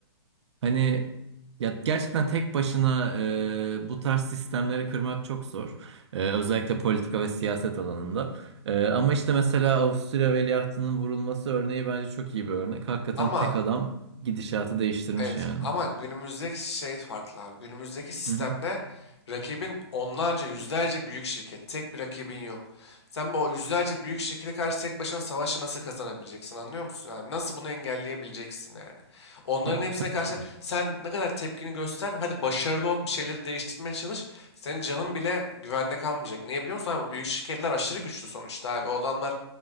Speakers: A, on the right; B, on the left.
A: hani ya gerçekten tek başına e, bu tarz sistemleri kırmak çok zor. E, özellikle politika ve siyaset alanında. Ee, ama işte mesela Avusturya veliahtının vurulması örneği bence çok iyi bir örnek. Hakikaten
B: Ama
A: tek adam gidişatı değiştirmiş
B: Evet
A: yani.
B: ama günümüzdeki şey farklı abi. Günümüzdeki sistemde
A: Hı hı.
B: rakibin onlarca yüzlerce büyük şirket. Tek bir rakibin yok. Sen bir o yüzlerce büyük şirkete karşı tek başına savaşı nasıl kazanabileceksin anlıyor musun abi? Nasıl bunu engelleyebileceksin yani? Onların
A: Ya
B: hepsine karşı
A: tabii.
B: sen ne kadar tepkini göster. Hadi başarılı ol bir şeyleri değiştirmeye çalış. Senin canın bile güvende kalmayacak. Niye biliyor musun abi? Bu büyük şirketler aşırı güçlü sonuçta abi. O adamlar